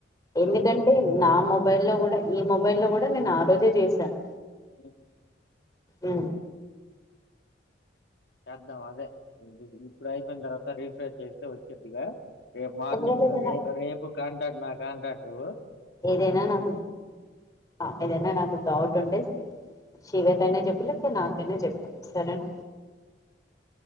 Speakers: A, on the left; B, on the left.
A: ఎందుకంటే
B: హ్మ్.
A: నా మొబైల్ లో కూడా ఈ మొబైల్ లో కూడా నేను ఆ రోజే చేశాను.
B: ఓకే
A: అ
B: చేద్దాం అదే ఇప్పు ఇప్పుడు అయిపోయిన తర్వాత రీఫ్రెష్ చేస్తే వచ్చిదిగా రేపు మార్నింగ్లో
A: ఒకవేళ ఏదైనా
B: రే రేపు కాంటక్ట్ నా కాంటాక్టు
A: ఏదైనా నాకు అ ఏదైనా నాకు డౌట్ ఉంటే శివేతనే చెప్పు లేక నాకైనా చెప్పు సరేన